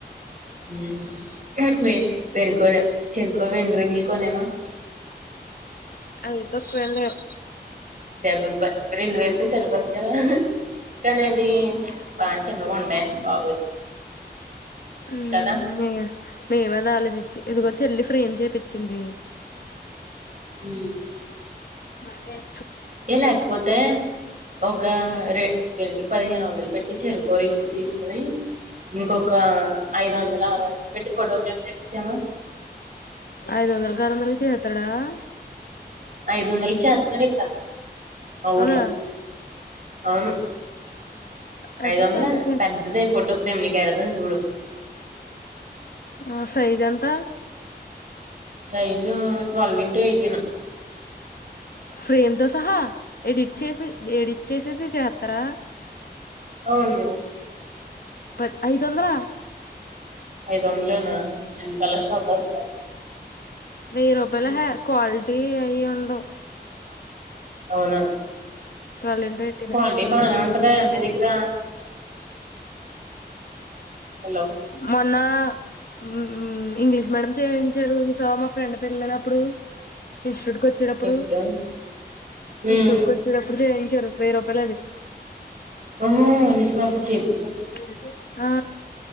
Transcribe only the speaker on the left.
అదైతే కొనలేం
మ్మ్
వెయ్యి రూపాయలు మేమది ఆలోచిచ్చి ఇదిగో చెల్లి ఫ్రె ఏం చేపిచ్చింది
మాకేం
ఐదు వందలకి ఆరు <unintelligible>
అవునా
అయితే
చేయించండి
ఆ సైజ్ ఎంత
frame తో సహా ఎడిట్ చేపి ఎడిట్ చేసేసి చేత్తరా
ప ఐదొందలా
వెయ్యి రూపాయల ఎహే క్వాలిటీ అయి ఉండవు
ట్వల్ ఇంటు ఎయిటీను
మనం
జేపిచిన
మొన్న ఆ ఇంగ్లీష్ మీడియం చేయించారు సో మా ఫ్రెండ్ పళ్ళ కదప్పుడు ఇన్స్టిట్యూట్ కు వచ్చేటప్పుడు
ఇన్స్టిట్యూట్ కు వచ్చేటప్పుడు చేయ్ జరు వేరొకలదే
అలాగే ఆ